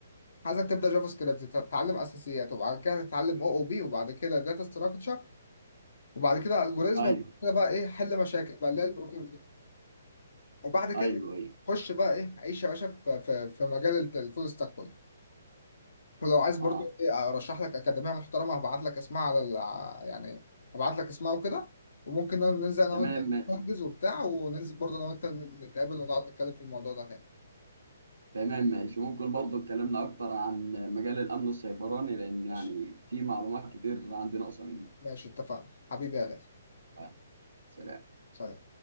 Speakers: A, on the left; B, on the right.
A: عايزك تبدا جافا سكريبت تتعلم اساسيات وبعد كده تتعلم او او بي وبعد كده داتا ستراكشر وبعد كده الجوريزم
B: ايوه
A: وبعد كده بقى ايه حل مشاكل بقى اللي هي البروبلم وبعد كده
B: ايوه ايوه
A: خش بقى ايه عيش يا باشا في في, في مجال الت- الفول ستاك كله ولو عايز برضو
B: اه
A: ايه ارشح لك اكاديميه محترمه هبعت لك اسمها على ال... ع- يعني هبعت لك اسمها وكده وممكن ننزل انا
B: تمام
A: وانت
B: ماشي
A: نحجز وبتاع وننزل برضو انا وانت نتقابل ونقعد نتكلم في الموضوع ده تاني
B: تمام ماشي ممكن برضو اتكلمنا اكتر عن مجال الامن السيبراني لان يعني
A: ماشي
B: في معلومات كتير عندي ناقصه منه
A: ماشي اتفقنا حبيبي يا غالي
B: يلا، سلام
A: سلام